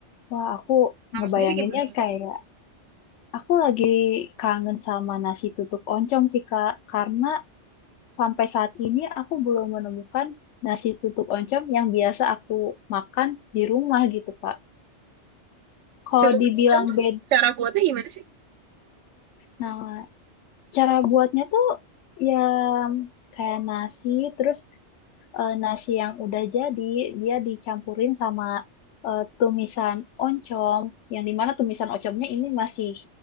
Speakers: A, on the left; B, on the right.
A: Wah, aku
B: Kamu
A: ngebayanginnya
B: sendiri gimana?
A: kayak aku lagi kangen sama nasi tutuk oncom sih, Kak. Karena sampai saat ini aku belum menemukan nasi tutuk oncom yang biasa aku makan di rumah gitu, Kak. Kalau
B: Situ
A: dibilang
B: oncom tuh
A: beda,
B: cara buatnya gimana sih?
A: nah Cara buatnya tuh ya kayak nasi, terus eh, nasi yang udah jadi dia dicampurin sama eh, tumisan oncom, yang dimana tumisan oncomnya ini masih